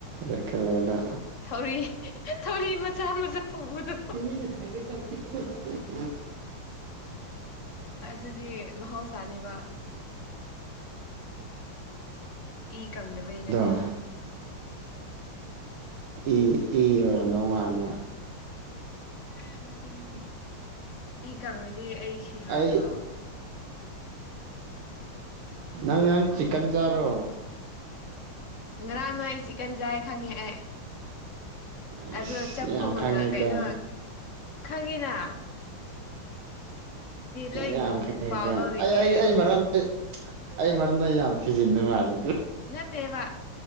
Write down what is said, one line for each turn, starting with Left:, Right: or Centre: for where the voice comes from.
Right: ꯌꯥꯢꯀꯂꯗ
Left: ꯊꯧꯔꯤ ꯊꯧꯔꯤ ꯃꯆꯥ ꯃꯆꯥ ꯎꯕꯗ
Right: ꯃꯤꯅ ꯊꯒꯦ ꯇꯧ
Left: ꯑꯗꯨꯗꯤ ꯃꯍꯧꯁꯥꯅꯦꯕ ꯏ ꯀꯪꯗꯕꯩ ꯅꯠꯇꯦꯕ
Right: ꯑꯗꯣ ꯏ ꯏ ꯑꯣꯢꯔꯝꯗꯧ ꯃꯥꯟꯕ
Left: ꯌꯥꯝ ꯅꯠꯇꯦ ꯅꯠꯇꯦ ꯏ ꯀꯪꯉꯗꯤ ꯑꯩ ꯁꯤꯔꯣꯏꯗ꯭ꯔꯣ
Right: ꯑꯩ ꯅꯪ ꯅꯪ ꯆꯤꯛꯀꯟ ꯆꯥꯕ꯭ꯔꯣ
Left: ꯉꯔꯥꯡ ꯅꯣꯏ ꯆꯤꯛꯀꯟ ꯆꯥꯏ ꯈꯪꯉꯦ ꯑꯩ
Right: ꯑꯁ
Left: ꯑꯗꯣ ꯆꯞꯐꯨ
Right: ꯌꯥꯝ ꯈꯪꯉꯦꯀꯣ
Left: ꯃꯨꯅ ꯀꯩꯅꯣ ꯈꯪꯉꯦꯅꯥ ꯂꯣꯏ
Right: ꯌꯥꯝ ꯈꯩ
Left: ꯄꯥꯎ ꯂꯧꯔꯤꯅꯦ
Right: ꯑꯩ ꯑꯩ ꯑꯩ ꯃꯔꯝ ꯑꯩ ꯑꯩ ꯃꯔꯝꯗ ꯌꯥꯝ ꯊꯤꯖꯤꯟꯕ ꯃꯥꯜꯂꯤ
Left: ꯅꯠꯇꯦꯕꯥ